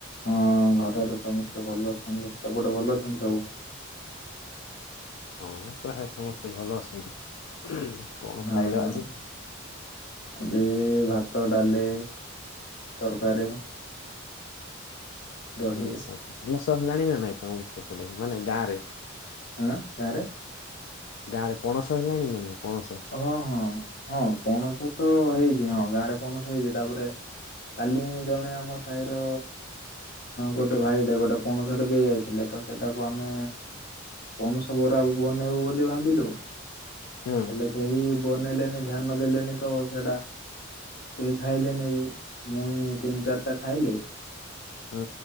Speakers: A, on the left; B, on the left.
A: ହଁ ଘରେ ତ ସମସ୍ତେ ଭଲ ଅଛନ୍ତି। ସେପଟେ ଭଲ ଅଛନ୍ତି ସବୁ?
B: ହଁ ପ୍ରାୟ ସମସ୍ତେ ଭଲ ଅଛନ୍ତି। କଣ
A: ହଁ,
B: ଖାଇଲ
A: ହଁ।
B: ଆଜି?
A: ଆଜି ଭାତ, ଡାଲି, ତରକାରୀ, ଦହି
B: ଆଚ୍ଛା, ଆଚ୍ଛା। କାମ ସରିଲାଣି ନା ନାଇଁ ତମ ସେପଟେ ମାନେ ଗାଁ ରେ?
A: <unintelligible> ଗାଁ ରେ?
B: ଗାଁରେ ପଣସ ହେଲାଣି ନା ନାଇଁ ପଣସ?
A: ହଁ, ହଁ, ହଁ ପଣସ ତ ହେଇଛି ହଁ ଗାଁରେ ପଣସ ହେଇଛି। ତାପରେ କାଲି ଜଣେ ଆମ ସାହିର ଗୋଟେ ଭାଇଟେ ଗୋଟେ ପଣସ ଦେଇ ଯାଇଥିଲେ ତ ସେଟାକୁ ଆମେ ପଣସ ବରା ବନେଇବୁ ବୋଲି ଭାବିଲୁ।
B: ହୁଁ।
A: ହେଲେ କେହି ବନେଇଲେନି ଧ୍ୟାନ ଦେଲେନି ତ ସେଟା କେହି ଖାଇଲେନି ବି ମୁଇଁ ତିନି ଚାରଟା ଖାଇଲି।
B: ହୁଁ।